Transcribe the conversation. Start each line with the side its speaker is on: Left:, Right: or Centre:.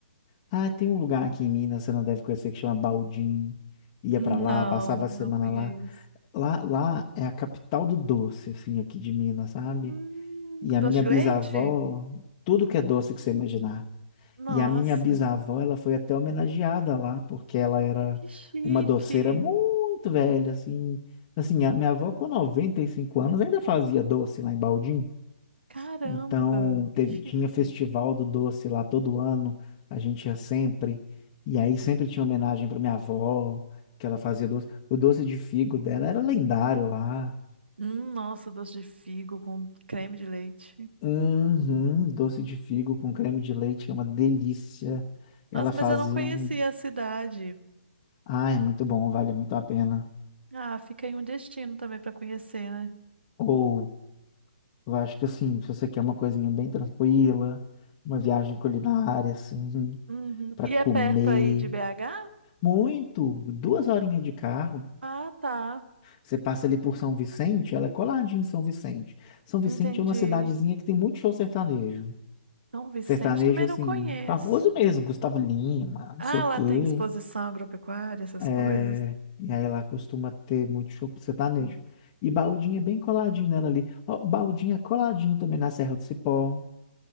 Left: Ah, tem um lugar aqui em Minas, você não deve conhecer, que chama Baldim. Ia
Right: Não,
Left: pra lá, passava a semana
Right: não conheço.
Left: lá. Lá, lá é a capital do doce, assim, aqui de Minas, sabe?
Right: Hum,
Left: E a
Right: doce
Left: minha
Right: de
Left: bisavó,
Right: leite?
Left: tudo que é doce que você imaginar.
Right: Nossa,
Left: E a minha bisavó, ela foi até homenageada lá, porque ela era
Right: que chique!
Left: uma doceira muito velha, assim. Assim, a minha avó com 95 anos ainda fazia doce lá em Baldim.
Right: Caramba,
Left: Então, teve,
Right: que
Left: tinha festival
Right: chique.
Left: do doce lá todo ano, a gente ia sempre. E aí sempre tinha homenagem para minha avó, que ela fazia doce. O doce de figo dela era lendário lá.
Right: Hum, nossa, doce de figo com creme de leite.
Left: Uhum, doce de figo com creme de leite, que é uma delícia. Ela
Right: Nossa,
Left: fazia
Right: mas eu não conhecia
Left: um.
Right: a cidade.
Left: ah é muito bom, vale muito a pena.
Right: Ah, fica aí um destino também para conhecer, né?
Left: Ou, eu acho que assim, se você quer uma coisinha bem tranquila, uma viagem culinária, assim,
Right: Uhum.
Left: para
Right: E
Left: comer.
Right: é perto aí de BH?
Left: Muito, duas horinhas de carro.
Right: Ah, tá.
Left: Você passa ali por São Vicente, ela é coladinha em São Vicente. São Vicente
Right: Entendi.
Left: é uma cidadezinha que tem muito show sertanejo.
Right: São Vicente
Left: Sertanejo,
Right: também
Left: assim,
Right: não conheço.
Left: famoso mesmo, Gustavo Lima, não
Right: Ah,
Left: sei o
Right: lá
Left: quê.
Right: tem exposição agropecuária, essas
Left: É,
Right: coisas.
Left: E aí lá costuma ter muito show sertanejo.
Right: Hum.
Left: E Baldinha é bem coladinho nela ali. Ó, Baldinha é coladinho também na Serra do Cipó,